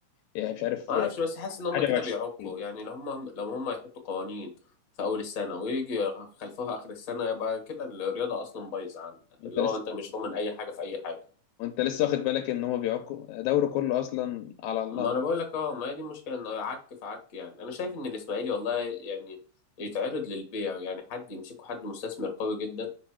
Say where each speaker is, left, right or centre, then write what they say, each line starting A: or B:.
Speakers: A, on the left; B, on the left.
A: إيه مش عارف
B: ما اعرفش
A: إيه،
B: بس حاسس ان هم
A: حاجه
B: كده
A: وعشرين
B: بيعكوا يعني لو هم لو هم يحطوا قوانين في اول السنه ويجي خلفوها اخر السنه يبقى كده الرياضه اصلا بايظه عندك
A: انت
B: اللي
A: لسه
B: هو انت مش ضامن اي حاجه في اي حاجه
A: وانت لسه واخد بالك ان هو بيعكوا دوري كله اصلا على الله
B: ما انا بقول لك اه ما هي دي المشكله انه عك في عك يعني انا شايف ان الاسماعيلي والله يعني يتعرض للبيع يعني حد يمسكه حد مستثمر قوي جدا